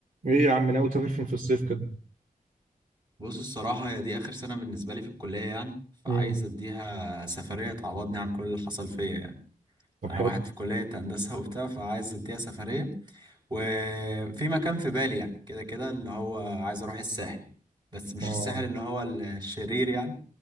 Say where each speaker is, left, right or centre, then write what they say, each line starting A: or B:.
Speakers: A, on the right; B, on the right.
A: ايه يا عم ناوي تسافر فين في الصيف كده
B: بص الصراحة هي دي آخر سنة بالنسبة لي في الكلية يعني فعايز
A: امم
B: أديها سفرية تعوضني عن كل اللي حصل فيا يعني
A: طب
B: أنا
A: حلو
B: واحد في كلية هندسة <laughs> وبتاع فعايز أديها سفرية وفي مكان في بالي يعني كده كده اللي هو عايز أروح الساحل بس مش
A: اه
B: الساحل اللي هو الشرير يعني